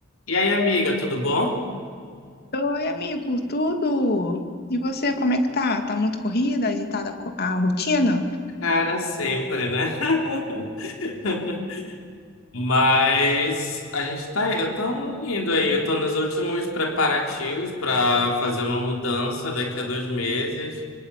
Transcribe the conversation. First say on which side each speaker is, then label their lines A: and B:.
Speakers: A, on the left; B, on the left.
A: E aí, amiga, tudo bom?
B: Oi, amigo, tudo? E você, como é que tá? Tá muito corrida, agitada co- a rotina?
A: Cara, sempre, né? <laughs> Mas a gente tá, eu tô indo aí, eu tô nos últimos preparativos para fazer uma mudança daqui a dois meses.